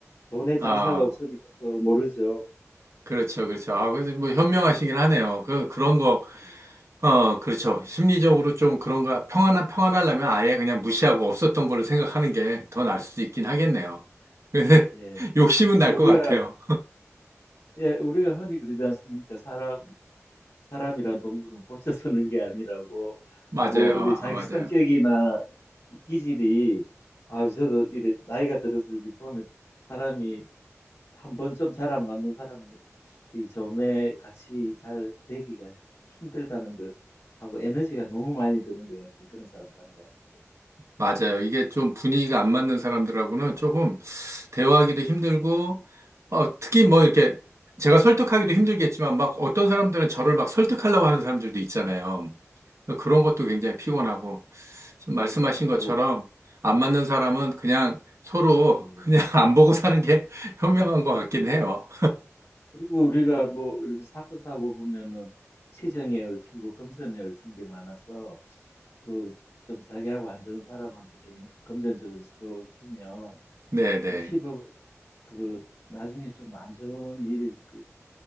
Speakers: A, on the left (about 55°); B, on the right (about 65°).
A: 돈에
B: 아.
A: 장사가 없으니까 또 모르죠.
B: 그렇죠, 그렇죠. 아, 그래서 뭐 현명하시긴 하네요. 그, 그런 거,
A: 음.
B: 어, 그렇죠. 심리적으로 좀 그런 거, 평안, 평안하려면 아예 그냥 무시하고 없었던 걸로 생각하는 게 더 나을 수도 있긴 하겠네요.
A: 예,
B: 근데
A: 예.
B: <laughs> 욕심은 날
A: 우리가
B: 것 같아요.
A: 예, 우리가 흔히 그러지 않습니까? 사람 사람이란 동물은 고쳐 쓰는 게 아니라고
B: 맞아요.
A: 뭐 이제 자기
B: 아, 맞아요.
A: 성격이나 기질이 아 저도 이래 나이가 들어서 이제 보면 사람이 한번 좀 잘 안 맞는 사람은 이 점에 같이 잘 되기가 힘들다는 거 하고 에너지가 너무 많이 드는 것 같아요. 그런 사람 상대하는데.
B: 맞아요. 이게 좀 분위기가 안 맞는 사람들하고는 조금 대화하기도 힘들고, 어, 특히 뭐 이렇게 제가 설득하기도 힘들겠지만 막 어떤 사람들은 저를 막 설득하려고 하는 사람들도 있잖아요. 그러니까
A: 음,
B: 그런 것도 굉장히 피곤하고, 지금 말씀하신
A: 그렇죠.
B: 것처럼 안 맞는 사람은 그냥 서로
A: 예.
B: 그냥 <laughs> 안 보고 사는 게 <laughs> 현명한 것 같긴 해요.
A: 그리고 우리가 뭐 이렇게 사건 사고 보면은 치정에 얽히고 금전에 얽힌 게 많아서 그 좀 자기하고 안 좋은 사람한테 괜히 금전적으로 서로 얽히면
B: 네네.
A: 뭐 10억을 그 나중에 좀 안 좋은 일, 그